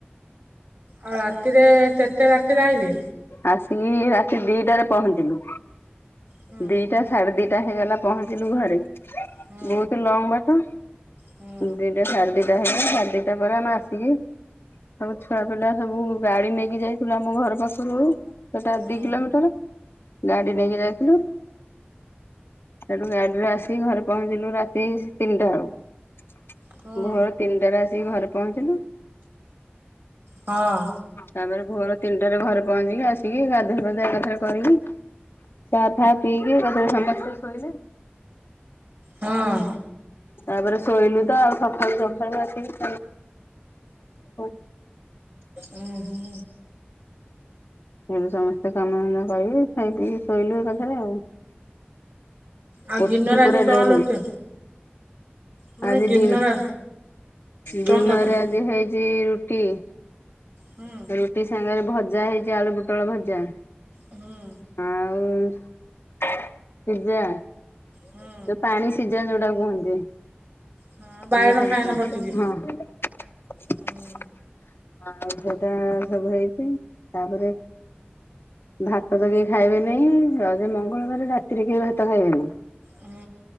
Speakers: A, on the right; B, on the left.
A: ଆଉ ରାତିରେ କେତେ ରାତିରେ ଆଇଲେ?
B: ଆସିକି ରାତି ଦିଟାରେ ପହଞ୍ଚିଲୁ
A: ହୁଁ
B: ଦିଟା ସାଢେ ଦିଟା। ଟା ହେଇଗଲା ପହଞ୍ଚିଲୁ ଘରେ
A: ହୁଁ
B: ବୋହୁତ ଲଙ୍ଗ ବାଟ
A: ହୁଁ
B: ଦିଟା ସାଢେ଼ଦି ସାଢେ଼ ଦିଟା ପରେ ଆମେ ଆସିକି ସବୁ ଛୁଆ ପିଲା ସବୁ ଗାଡି ନେଇକି ଯାଇଥିଲୁ ଆମ ଘର ପାଖ ସେଟା
A: ହୁଁ
B: ଦି କିଲୋମିଟର ଗାଡି ନେଇକି ଯାଇଥିଲୁ। ସେଠୁ ଗାଡିରେ ଆସିକି ଘରେ ପହଞ୍ଚିଲୁ ରାତି ତିନିଟା ବେଳକୁ।
A: ହୁଁ
B: ଭୋର ତିନିଟାରେ ଆସିକି ଘରେ ପହଞ୍ଚିଲି।
A: ହଁ
B: ତାପରେ ଭୋଅର ତିନିଟାରେ ଘରେ ପହଞ୍ଚିକି ଆସିକି ଗାଧୋଇ ପାଧୁଆ ଏକାଥରେ କରିକି ଚା ଫା ପିଇକି ଏକାଥରେ ସମସ୍ତେ ଶୋଇଲେ।
A: ହଁ।
B: ତାପରେ ଶୋଇଲୁ ତ ଆଉ ସକାଳୁ ସକାଳୁ ଆସିକି <unintelligible>
A: ଓ ହୋ।
B: ସେଠୁ ସମସ୍ତେ କାମ ଧନ୍ଦା କରିକି ଖାଇ ପିଇକି ଶୋଇଲୁ ଏକାଥରେ ଆଉ <unintelligible>
A: ଆଉ ଦିନରେ ଆଜି ଚଁ ଲୋଚେ ମାନେ
B: ଆଜି
A: ଦିନରେ
B: ଡି
A: ଚଁ
B: ଡିନରରେ
A: ତତଲା
B: ଆଜି ହେଇଛି ରୁଟି
A: ହୁଁ।
B: ରୁଟି ସାଙ୍ଗରେ ଭଜା ହେଇଛି ଆଳୁ ପୋଟଳ ଭଜା
A: ହୁଁ
B: ଆ। ଆଉ ସିଜା
A: ହୁଁ।
B: ଯଉ ପାଣି ସିଜା ଯୋଉଟା କୁହନ୍ତି
A: ହଁ ବାଇଗଣ
B: ପାଣି ସନ୍ତୁଳା
A: ଫାଇଗଣ ପଚିଚି।
B: ହଁ
A: ହଁ
B: ଆଉ ସେଟା ସବୁ ହେଇଛି ତାପରେ ଭାତ ତ କେହି ଖାଇବେନେଇ ଯେ ମଙ୍ଗଳବାର ରାତିରେ କେହି ଭାତ ଖାଇବେନି
A: ହଁ ହୁଁ